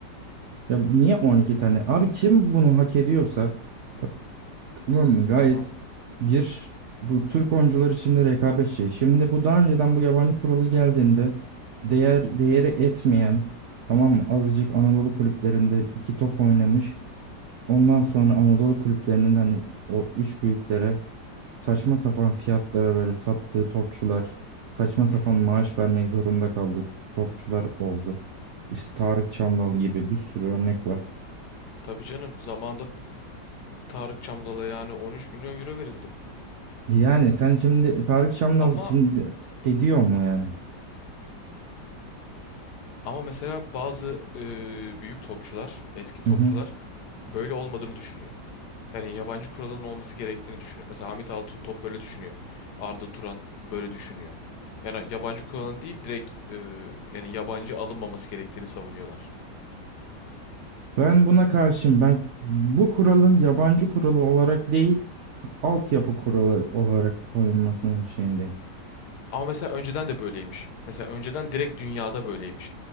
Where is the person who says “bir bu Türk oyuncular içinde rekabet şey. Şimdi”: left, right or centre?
Right